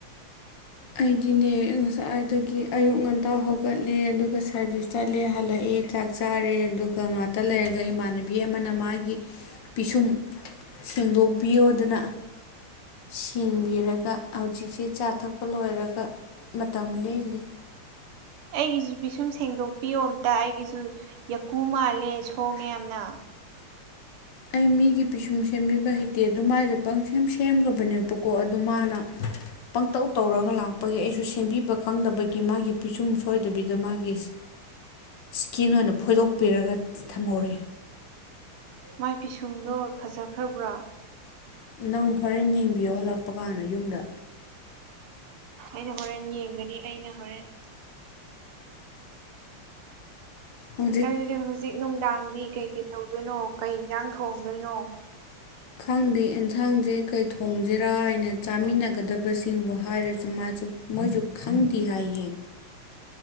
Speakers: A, on the left; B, on the right.
A: ꯑꯩꯗꯤꯅꯦ ꯉꯁꯥꯏꯗꯒꯤ ꯑꯌꯨꯛ ꯉꯟꯇꯥ ꯍꯧꯒꯠꯂꯦ ꯑꯗꯨꯒ ꯁꯥꯔꯚꯤꯁ ꯆꯠꯂꯦ ꯍꯜꯂꯛꯑꯦ ꯆꯥꯛ ꯆꯥꯔꯦ ꯑꯗꯨꯒ ꯉꯥꯛꯇ ꯂꯩꯔꯒ ꯏꯃꯥꯟꯅꯕꯤ ꯑꯃꯅ ꯃꯥꯒꯤ ꯄꯤꯁꯨꯝ ꯁꯦꯡꯗꯣꯛꯄꯤꯌꯣꯗꯅ ꯁꯦꯡꯕꯤꯔꯒ ꯍꯧꯖꯤꯛꯁꯦ ꯆꯥ ꯊꯛꯄ ꯂꯣꯏꯔꯒ ꯃꯇꯝ ꯂꯦꯜꯂꯤ
B: ꯑꯩꯒꯤꯁꯨ ꯄꯤꯁꯨꯝ ꯁꯦꯡꯗꯣꯛꯄꯤꯌꯣ ꯑꯝꯇ ꯑꯩꯒꯤꯁꯨ ꯌꯀꯨ ꯃꯥꯜꯂꯦ ꯁꯣꯡꯉꯦ ꯌꯥꯝꯅ
A: ꯑꯩ ꯃꯤꯒꯤ ꯄꯤꯁꯨꯝ ꯁꯦꯝꯕꯤꯕ ꯍꯩ ꯇꯦ ꯑꯗꯨ ꯃꯥꯏꯁꯨ ꯄꯪꯁꯦꯝ ꯁꯦꯝꯈ꯭ꯔꯕꯅꯦꯕꯀꯣ ꯑꯗꯨ ꯃꯥꯅ ꯄꯪꯇꯧ ꯇꯧꯔꯒ ꯂꯥꯛꯄꯒꯤ ꯑꯩꯁꯨ ꯁꯦꯝꯕꯤꯕ ꯈꯪꯗꯕꯒꯤ ꯃꯥꯒꯤ ꯄꯤꯁꯨꯝ ꯁꯣꯏꯗꯕꯤꯗ ꯃꯥꯒꯤ ꯏꯁꯀꯤꯟ ꯑꯣꯏꯅ ꯐꯣꯏꯗꯣꯛꯄꯤꯔꯒ ꯊꯝꯍꯧꯔꯦ
B: ꯃꯥꯏ ꯄꯤꯁꯨꯝꯗꯣ ꯐꯖꯈ꯭ꯔꯕ꯭ꯔꯥ
A: ꯎꯝ ꯅꯪ ꯍꯣꯔꯦꯟ ꯌꯦꯡꯕꯤꯌꯣ ꯍꯜꯂꯛꯄ ꯀꯥꯟꯗ ꯌꯨꯝꯗ
B: ꯑꯩꯅ ꯍꯣꯔꯦꯟ ꯌꯦꯡꯒꯅꯤ ꯑꯩꯅ ꯍꯣꯔꯦꯟ
A: ꯍꯧꯖꯤꯛ
B: ꯑꯗꯨꯗꯤ ꯍꯧꯖꯤꯛ ꯅꯨꯡꯗꯥꯡꯗꯤ ꯀꯩꯀꯩ ꯇꯧꯗꯣꯏꯅꯣ ꯀꯩ ꯏꯟꯖꯥꯡ ꯊꯣꯡꯗꯣꯏꯅꯣ
A: ꯈꯪꯗꯦ ꯑꯦꯟꯁꯥꯡꯁꯦ ꯀꯩ ꯊꯣꯡꯁꯤꯔꯥ ꯍꯥꯏꯅ ꯆꯥꯃꯤꯟꯅꯒꯗꯕꯁꯤ ꯁꯤꯡꯕꯨ ꯍꯥꯏꯔꯁꯨ ꯃꯥꯁꯨ ꯃꯣꯏꯁꯨ ꯈꯪꯗꯦ ꯍꯥꯏꯌꯦ